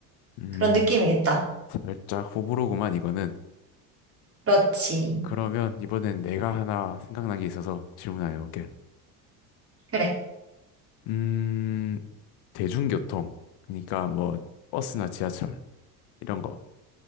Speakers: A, on the left (about 55°); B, on the right (about 30°).
A: 음,
B: 그런 느낌이겠다.
A: 살짝 호불호구만, 이거는.
B: 그렇지.
A: 그러면 이번엔 내가 하나 생각난 게 있어서 질문해 볼게.
B: 그래.
A: 음, 대중교통. 그러니까 뭐, 버스나 지하철. 이런 거.